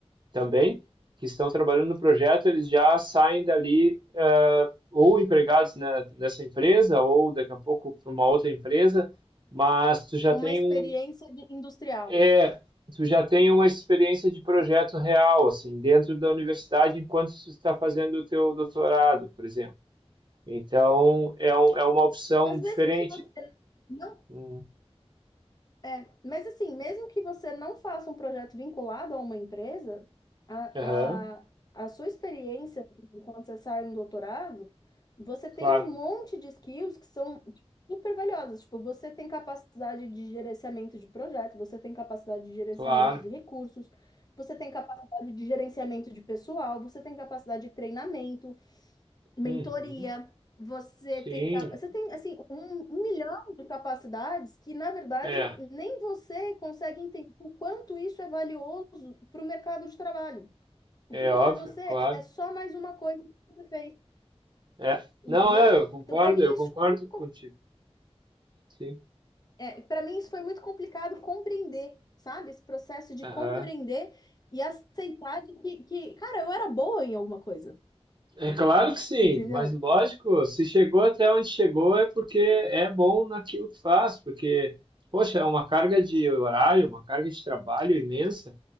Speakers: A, on the right; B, on the left.
A: também, que estão trabalhando no projeto, eles já saem dali eh, ou empregados né, nessa empresa, ou daqui a pouco para uma outra empresa, mas tu já
B: com
A: tem
B: uma experiência
A: um.
B: de- industrial.
A: É, tu já tem uma experiência de projeto real, assim, dentro da universidade, enquanto tu está fazendo o teu doutorado, por exemplo. Então, é, um, é uma opção
B: Mas
A: diferente.
B: mesmo que você não
A: Hum,
B: É, mas assim, mesmo que você não faça um projeto vinculado a uma empresa, a,
A: aham,
B: a, a sua experiência quando você sai um doutorado, você tem
A: claro,
B: um monte de skills que são tipo, super valiosas. Tipo, você tem capacidade de gerenciamento de projetos, você tem capacidade de gerenciamento
A: claro.
B: de recursos, você tem capacidade de gerenciamento de pessoal, você tem capacidade de treinamento mentoria,
A: Uhum,
B: você
A: sim,
B: tem, ca- você tem assim um, um milhão de capacidades que, na verdade,
A: é,
B: nem você consegue entender o quanto isso é valioso para o mercado de trabalho.
A: é
B: Porque
A: óbvio,
B: para você
A: claro.
B: é só mais uma coisa que você fez,
A: É,
B: entendeu?
A: não, é, eu concordo,
B: Então, para mim
A: eu
B: isso
A: concordo
B: foi muito,
A: contigo.
B: com-
A: Sim.
B: é, para mim isso foi muito complicado compreender, sabe? Esse processo de
A: Aham.
B: compreender e aceitar de que, que, cara, eu era boa em alguma coisa,
A: É claro que sim,
B: entendeu?
A: mas lógico, se chegou até onde chegou é porque é bom naquilo que faz, porque, poxa, é uma carga de horário, uma carga de trabalho imensa